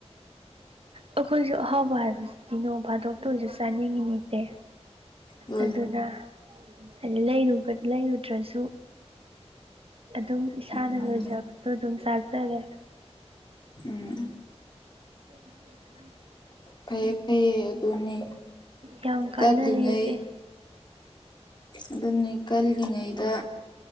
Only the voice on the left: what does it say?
ꯍꯣꯏ
ꯎꯝ
ꯎꯝ
ꯐꯩꯌꯦ ꯐꯩꯌꯦ ꯑꯗꯨꯅꯤ
ꯀꯜꯂꯤꯉꯩ
ꯑꯗꯨꯅꯤ ꯀꯜꯂꯤꯜꯂꯤꯉꯩꯗ